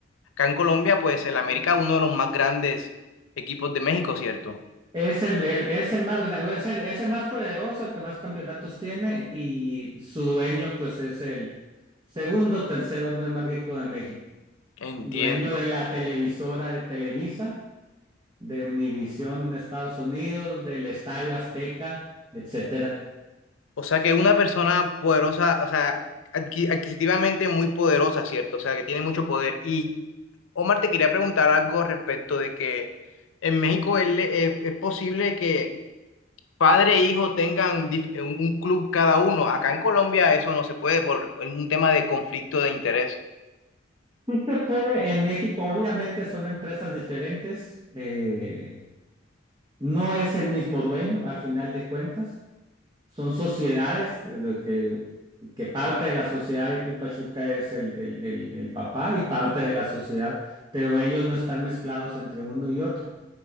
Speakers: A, on the left; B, on the right.
A: acá en Colombia pues el América es uno de los más grandes equipos de México, ¿cierto?
B: Es el, el- es el más, gra- es el, es el más poderoso, el que más campeonatos tiene y su dueño pues es el segundo, o tercer hombre más rico de México,
A: Entiendo.
B: dueño de la televisora de Televisa de Univision en Estados Unidos, del Estadio Azteca, etcétera.
A: O sea que una persona poderosa, o sea, adqui- adquisitivamente muy poderosa, ¿cierto? O sea, que tiene mucho poder. Y Omar, te quería preguntar algo respecto de que en México es, le- es- es posible que padre e hijo tengan dif- un un club cada uno. Acá en Colombia eso no se puede por un tema de conflicto de interés.
B: Sí se puede, en México obviamente son empresas diferentes, eh, no es el mismo dueño al final de cuentas, son sociedades, eh, lo que, que parte de la sociedad de Club Pachuca es el, el, el, el papá y parte de la sociedad, pero ellos no están mezclados entre uno y otro.